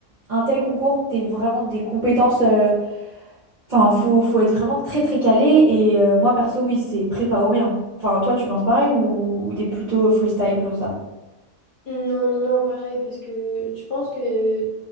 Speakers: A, on the right; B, on the left.
A: Un tel concours, t'aies vraiment des compétences euh, Enfin, faut, faut être vraiment très très calé et euh, moi perso, oui, c'est prépa ou rien. Enfin, toi, tu penses pareil ou, ou t'es plutôt freestyle pour ça?
B: Non, non, non, pareil, parce que je pense que